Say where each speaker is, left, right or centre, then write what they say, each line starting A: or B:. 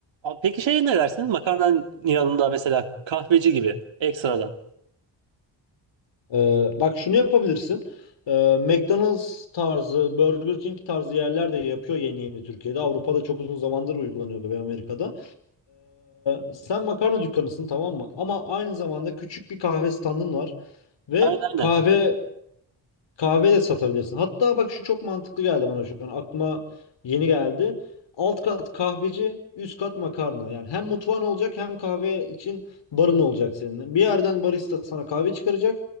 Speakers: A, on the right; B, on the left.
A: Peki şey ne dersin? Makarnanın yanında mesela kahveci gibi ekstradan.
B: Ee, bak şunu yapabilirsin. Ee, McDonald's tarzı, Burger King tarzı yerler de yapıyor yeni yeni Türkiye'de. Avrupa'da çok uzun zamandır uygulanıyordu ve Amerika'da. Ee, sen makarna dükkanısın tamam mı? Ama aynı zamanda küçük bir kahve standın var ve
A: Aynen aynen.
B: kahve Kahve de satabilirsin. Hatta bak şu çok mantıklı geldi bana şu an. Aklıma yeni geldi. Alt kat kahveci, üst kat makarna. Yani hem mutfağın olacak hem kahve için barın olacak senin. Bir yerden barista sana kahve çıkaracak.